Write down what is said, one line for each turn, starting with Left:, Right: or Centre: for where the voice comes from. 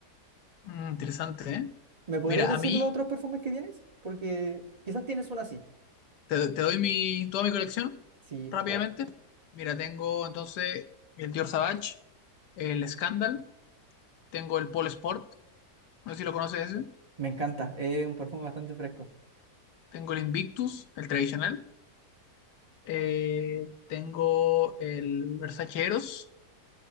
Left: Mm, interesante, ¿eh?
Right: ¿Me podrías
Left: Mira,
Right: decir
Left: a mí,
Right: los otros perfumes que tienes? Porque quizás tienes uno así.
Left: te, te doy mi, toda mi colección
Right: Sí,
Left: rápidamente.
Right: por favor.
Left: Mira, tengo entonces el Dior Savage, el Scandal, tengo el Paul Sport, no sé si lo conoces ese.
Right: Me encanta, es un perfume bastante fresco.
Left: Tengo el Invictus, el tradicional. eh, tengo el Versace Eros.